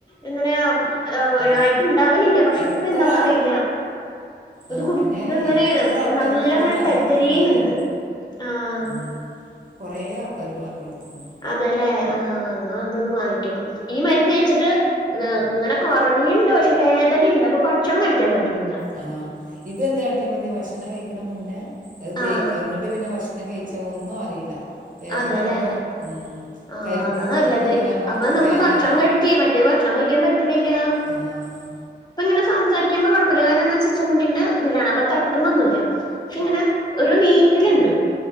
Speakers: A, on the left; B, on the right.
A: ങ്ങനെ വ് ഏ
B: ആ
A: അയിക്ക്ണ്ടാവലില്ല. പക്ഷെ
B: എത്ര
A: പ്പന്താന്നറീല.
B: ആള്
A: ഇത്
B: ആ
A: കുടി
B: ഞാനേ
A: ത് ങ്ങനെ
B: എത്ര ആൾക്കാർക്ക്
A: നല്ല
B: അത്
A: ങ്ങനെ
B: പറഞ്ഞു
A: തരിതരിന്ന്ണ്ട്.
B: കൊടുത്തക്കണ അറിയോ
A: ആഹ്
B: ഉം കൊറേ ആൾക്കാര്ക്ക് പർഞ്ഞൊ ട്ത്ത്ക്ക്ണ്.
A: അതേല്ലെ. ആഹ് ന്നാ ത് ന്ന് വാങ്ങിക്കണം. ഈ മര്ന്നയ്ച്ചിട്ട് ന്നേ ങ്ങനെ കൊൾഞ്ഞിണ്ട്. പക്ഷെ വേദനയ്ണ്ട് അപ്പൊ ഭക്ഷണം കഴിക്കാൻ പറ്റണില്ല.
B: ആഹ്. ഇത് എന്താ അട്ടിയാമതി ഭക്ഷണം കഴിക്കണ മുന്നേ അഅ് തേക്ക.
A: ആഹ്
B: ങ്ങട്ട് പിന്നെ ഭക്ഷണം കഴിച്ചാ ഒന്നും അറിയില്ല. വേദന
A: അതെല്ലേ
B: ഒന്നും ഉം
A: ആഹ്
B: തരിക്കും.
A: അതാ നല്ലത്
B: അപ്പൊ പിന്നെ അമ്മക്ക്
A: അപ്പൊ നമുക്ക്
B: വേന
A: ഭക്ഷണം
B: അറീല.
A: കഴിക്കേ മറ്റേ ഭക്ഷണം കഴിക്കാൻ പറ്റണില്ല
B: ആഹ്
A: ഇപ്പൊ ഇങ്ങനെ സംസാരിക്കുമ്പോ കുഴപ്പമില്ല കാരണം എന്ന് വെച്ചാ ചുണ്ടിന്റെ ഇതിലാണ് അപ്പം തട്ടണൊന്നുമില്ല പക്ഷെ ഇങ്ങനെ ഒരു നീറ്റലുണ്ട്